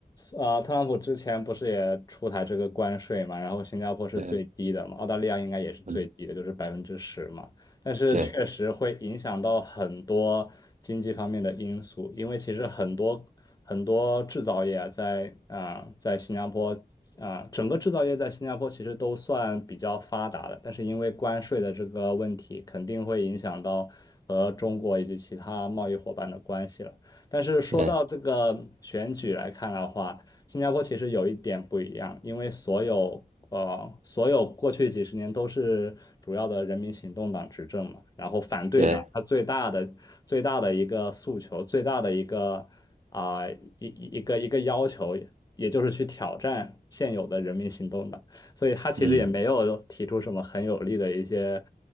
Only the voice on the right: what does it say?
对，
嗯，
对，
对，
对，
嗯，